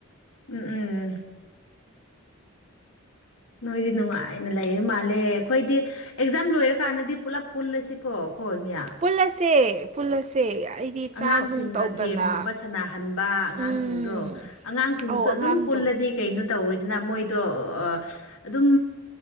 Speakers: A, on the left; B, on the right.
A: ꯎꯝ ꯎꯝ ꯎꯝ ꯅꯣꯏꯗꯤ ꯅꯨꯡꯉꯥꯏꯅ ꯂꯩꯕ ꯃꯥꯜꯂꯦ ꯑꯩꯈꯣꯏꯗꯤ ꯑꯦꯛꯖꯥꯝ ꯂꯣꯏꯔꯀꯥꯟꯗꯗꯤ ꯄꯨꯂꯞ ꯄꯨꯜꯂꯁꯤꯀꯣ ꯑꯩꯈꯣꯏ ꯃꯌꯥꯝ
B: ꯄꯨꯜꯂꯁꯦ ꯄꯨꯜꯂꯁꯦ ꯑꯩꯗꯤ
A: ꯑꯉꯥꯡꯁꯤꯡꯒ
B: ꯆꯥꯛ ꯅꯨꯡ ꯇꯧꯗꯅ
A: ꯒꯦꯝꯒꯨꯝꯕ ꯁꯥꯟꯅꯍꯟꯕ ꯑꯉꯥꯡꯁꯤꯡꯗꯣ
B: ꯎꯝ
A: ꯑꯉꯥꯡꯁꯤꯡꯗꯨꯁꯨ
B: ꯑꯧ ꯑꯉꯥꯡꯗꯣ
A: ꯑꯗꯨꯝ ꯄꯨꯜ ꯗꯤ ꯀꯩꯅꯨ ꯇꯧ ꯏꯗꯅ ꯃꯣꯏ ꯑꯣ ꯑꯗꯨꯝ